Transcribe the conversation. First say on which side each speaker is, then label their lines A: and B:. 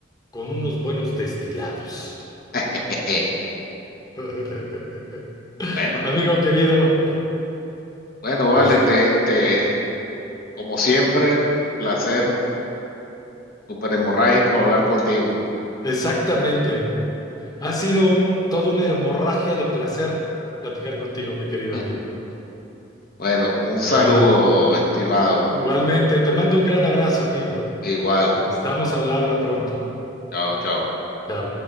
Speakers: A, on the left; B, on the left.
A: con unos buenos destilados.
B: <laughs>
A: <laughs>
B: Bueno,
A: Amigo querido,
B: bueno, vale,
A: este,
B: te, te, como siempre, placer, súper hemorrágico hablar contigo.
A: exactamente. Ha sido un, toda una hemorragia de placer platicar contigo, mi querido
B: <laughs>
A: amigo.
B: Bueno, un saludo,
A: Bueno,
B: estimado.
A: igualmente, te mando un gran abrazo, amigo.
B: Igual,
A: Y estamos al habla pronto.
B: chao, chao.
A: Chao.